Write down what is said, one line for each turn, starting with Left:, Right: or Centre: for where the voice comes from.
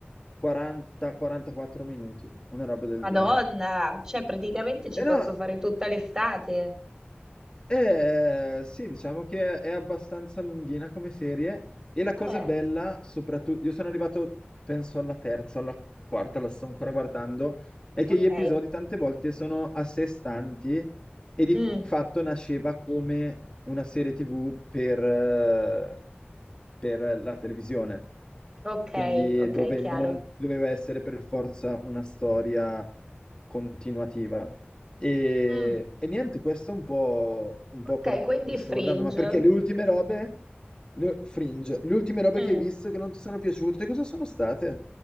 Left: 40-44 minuti, una roba del
Right: Madonna,
Left: genere.
Right: cioè praticamente ci
Left: E
Right: posso
Left: no,
Right: fare tutta l'estate.
Left: eh, sì, diciamo che è abbastanza lunghina come serie. E la cosa
Right: Eh,
Left: bella, soprattutto, io sono arrivato, penso, alla terza, alla quarta, la sto ancora guardando, è che
Right: ok.
Left: gli episodi tante volte sono a sé stanti e di
Right: Mm.
Left: fatto nasceva come una serie TV per, eh, per la televisione,
Right: Ok,
Left: quindi
Right: ok,
Left: dove
Right: chiaro.
Left: non doveva essere per forza una storia continuativa. E,
Right: Mm,
Left: e niente, questo è un po', un po'
Right: Ok,
Left: quello
Right: quindi
Left: che sto
Right: Fringe.
Left: guardando, ma perché le ultime robe, le- Fringe, le ultime robe
Right: mm.
Left: che hai visto che non ti sono piaciute, cosa sono state?